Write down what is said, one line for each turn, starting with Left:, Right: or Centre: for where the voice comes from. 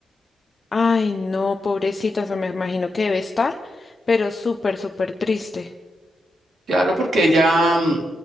Left: Ay, no, pobrecita, o sea, me imagino que debe estar, pero súper, súper triste.
Right: Claro, porque ella, mm,